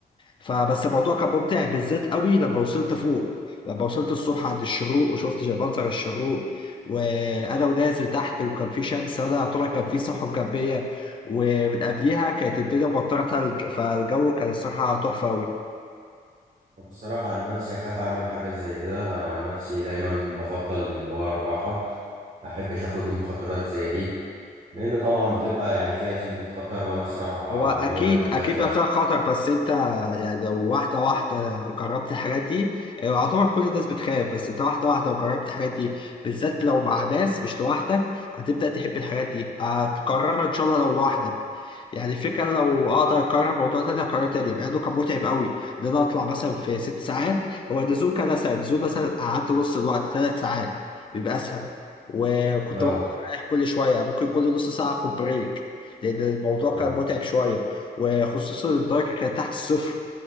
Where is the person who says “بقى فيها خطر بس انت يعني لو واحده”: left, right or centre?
Left